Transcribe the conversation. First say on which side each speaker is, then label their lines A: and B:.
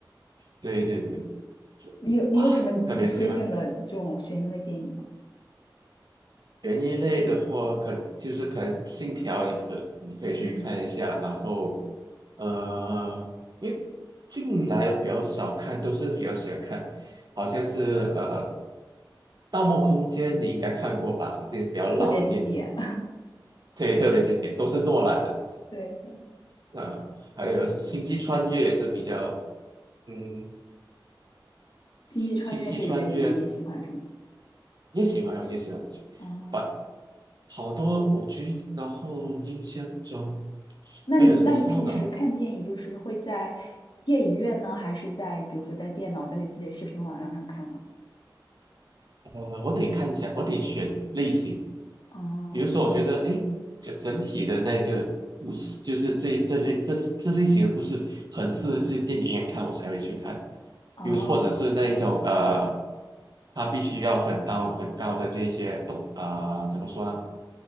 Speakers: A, on the right (about 55°); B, on the left (about 65°).
A: 对对对对，是啊，
B: 你有你有什么你推荐的这种悬疑类电影吗？
A: 特别喜欢。悬疑类的话，可就是可能《信条》，你可你可以去看一下。
B: 嗯，
A: 然后，呃，因为近来我比较少看，都是比较喜欢看，好像是呃《盗梦空间》，你应该看过吧？这是比较老的电影，
B: 特别经典，
A: 对，特别经典，都是诺兰的。
B: <laughs> 对对，
A: 呃，还有是星际穿越也是比较，嗯，
B: 星际穿越这一类型的你也喜欢是吗？
A: 星星际穿越也喜欢，我也喜欢，
B: 哦，
A: 把好多我觉得，然后印象中
B: 那你那你平时看电影就是会在电影院呢，
A: 还有什么烧脑，
B: 还是在比如说在电脑在你自己的视频网站上看呢？
A: 呃，我得看一下，我得选类型。
B: 哦。
A: 比如说，我觉得，诶，整整体的那个故事，就是这这类这这类型的故事，很适合去电影院看，我才会去看。
B: 哦，
A: 比如，或者是那一种呃，它必须要很高很高的这些动啊、怎么说呢？